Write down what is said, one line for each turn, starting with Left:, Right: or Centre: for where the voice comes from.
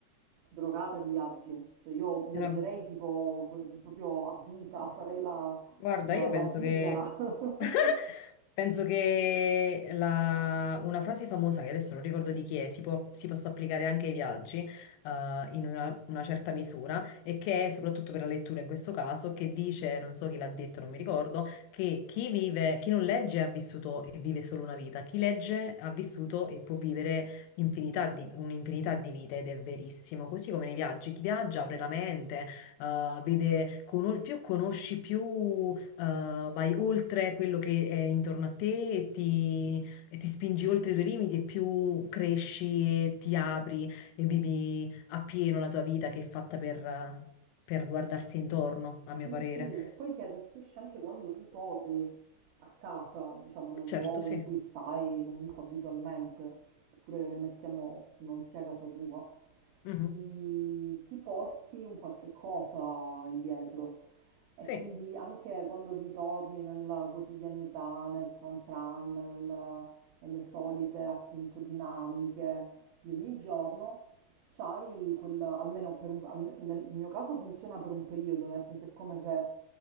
Right: drogata di viaggi, cioè io viaggerei
Left: Era
Right: tipo proprio a vita, farei la,
Left: Guarda,
Right: la
Left: io
Right: la
Left: penso
Right: zingara.
Left: che,
Right: <laughs>
Left: <laughs> penso che la- una frase famosa, che adesso non ricordo di chi è, si può- si possa applicare anche ai viaggi, eh, in una, una certa misura, e che è soprattutto per la lettura in questo caso, che dice, non so chi l'ha detto, non mi ricordo, che chi vive, chi non legge ha vissuto e vive solo una vita, chi legge ha vissuto e può vivere infinità di- un'infinità di vite, ed è verissimo. Così come nei viaggi, chi viaggia apre la mente eh, vede, cono- più conosci, più eh, vai oltre quello che è intorno a te e ti, e ti spingi oltre i tuoi limiti e più cresci e ti apri e vivi appieno la tua vita che è fatta per, eh, per guardarsi intorno, a
Right: Sì,
Left: mio parere.
Right: sì, e poi ti arricchisce anche quando tu torni a casa, diciamo nel
Left: Certo,
Right: luogo
Left: sì.
Right: in cui stai comunque abitualmente, pure che mettiamo non sia casa tua,
Left: Mhm.
Right: ti, ti porti un qualche cosa indietro e
Left: Sì.
Right: quindi anche quando ritorni nella quotidianità, nel tran tran, nel- nelle solite appunto dinamiche di ogni giorno, c'hai quella, almeno per un, alme- nel mio caso funziona per un periodo, nel senso è come se